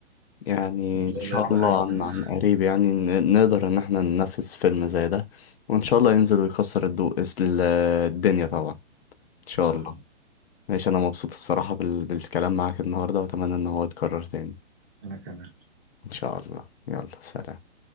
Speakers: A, on the left (about 55°); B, on the right (about 15°).
A: يعني
B: وإن شاء
A: ان شاء
B: الله يطلع
A: الله
B: حاجة كويسة
A: عن عن
B: إن
A: قريب يعني ن- نقدر ان احنا ننفذ فيلم زي ده وان شاء الله ينزل ويكسر الدو... ال- الدنيا طبعا ان شاء
B: شاء
A: الله
B: الله
A: ماشي انا مبسوط الصراحة بال... بالكلام معاك النهاردة واتمنى ان هو يتكرر تاني
B: أنا كمان
A: ان شاء الله يلا سلام